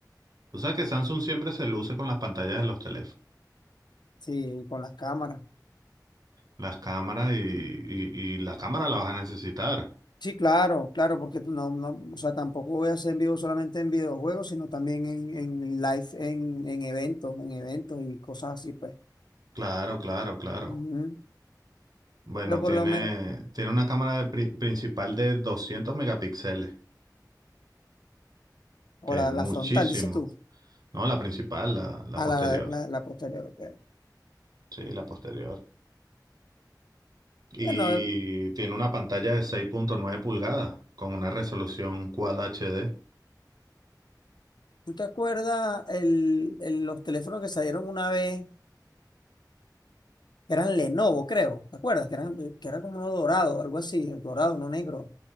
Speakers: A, on the right; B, on the left.
A: O sea que Samsung siempre se luce con las pantallas de los teléfonos.
B: sí, con las cámaras.
A: las cámaras y, y, y la cámara la vas a necesitar.
B: Sí, claro, claro, porque tú no, no, o sea, tampoco voy a hacer en vivo solamente en videojuegos, sino también en, en live, en, en eventos, en eventos y cosas así, pues.
A: Claro, claro, claro.
B: Ujú.
A: Bueno,
B: Pero por
A: tiene,
B: lo menos,
A: tiene una cámara de pri- principal de 200 megapíxeles,
B: o
A: que
B: la,
A: es muchísimo.
B: la frontal, dices tú,
A: No, la principal, la, la
B: a
A: posterior.
B: la, la, la posterior. ok.
A: Sí, la posterior. Y
B: Bueno,
A: tiene una pantalla de seis punto nueve pulgadas con una resolución Quad HD.
B: ¿Tú te acuerdas el, el- los teléfonos que salieron una vez? Que eran Lenovo, creo. ¿Te acuerdas? Que eran, que era como uno dorado, algo así, dorado, no negro.